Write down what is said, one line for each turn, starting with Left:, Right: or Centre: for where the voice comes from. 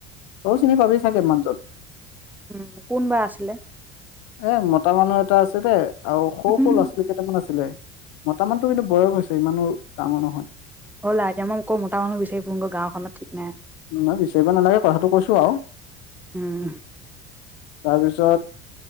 Left: তও চিনি পাবি চাগে মানুহ জন।
Centre: উম, কোনবা আছিলে।
Left: এ মতা মানুহ এটা আছিলে আৰু সৰু
Centre: উম
Left: সৰু ল'ৰা ছোৱালী কেইটামান আছিলে। মতা মানুহটো কিন্তু বয়স হৈছে ইমানো ডাঙৰ নহয়।
Centre: হল আৰু মই আকৌ কৰ মতা মানুহ বিচাৰি ফুন গৈ গাওখনত ঠিক নাই।
Left: নহয় বিচাৰিব নালাগে কথাটো কৈছো আৰু
Centre: উম।
Left: তাৰপিছত